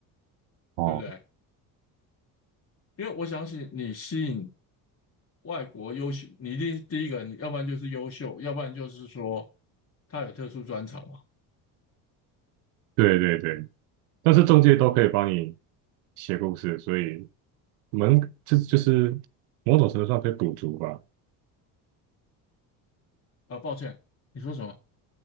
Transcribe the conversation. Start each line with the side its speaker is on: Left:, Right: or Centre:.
Right: 哦，
Left: 对不对？因为我相信你吸引外国优秀，你一定第一个，你要不然就是优秀，要不然就是说他有特殊专长嘛。
Right: 对对对，但是中介都可以帮你写故事，所以我们这就是某种程度上可以补足吧。
Left: 啊，抱歉，你说什么？